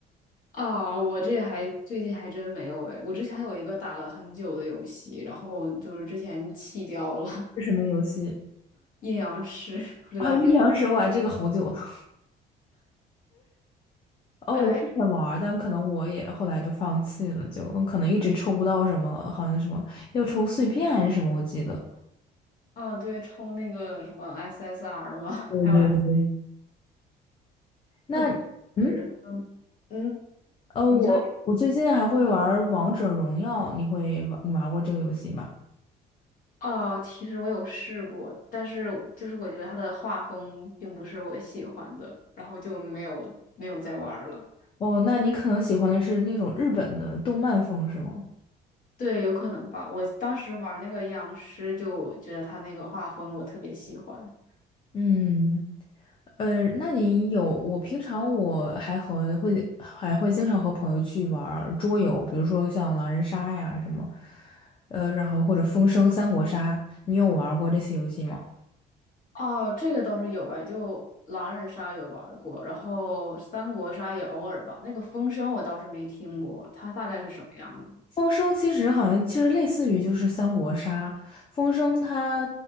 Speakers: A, on the left (about 55°); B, on the left (about 30°).
A: 啊，我这还最近还真没有诶，我之前有一个打了很久的游戏，然后就是之前弃掉了
B: 是什么游戏？
A: <laughs> 阴阳师，不知道你有？
B: 啊，阴阳师，玩这个好久 <laughs>。哦，
A: 哎，
B: 我以前玩儿但可能我也后来就放弃了，就可能一直抽不到什么，好像什么要抽碎片还是什么，我记得。
A: 啊，对，抽那个什么 SSR 嘛，
B: 对对对。
A: 还有 S，
B: 那，
A: 它
B: 嗯，
A: 是嗯嗯，
B: 呃，
A: 你说
B: 我我最近还会玩儿王者荣耀，你会玩你玩过这个游戏吗？
A: 哦，其实我有试过，但是就是我觉得它的画风并不是我喜欢的，然后就没有没有再玩儿了。
B: 哦，那你可能喜欢的是那种日本的动漫风，是吗？
A: 对，有可能吧。我当时玩那个阴阳师，就觉得他那个画风我特别喜欢。
B: 嗯。呃，那你有，我平常我还和会还会经常和朋友去玩儿桌游，比如说像狼人杀呀什么，呃，然后或者风声、三国杀，你有玩儿过这些游戏吗？
A: 哦，这个倒是有哎，就狼人杀有玩儿过，然后三国杀也偶尔吧。那个风声我倒是没听过，它大概是什么样的？
B: 风声其实好像其实类似于就是三国杀，风声它，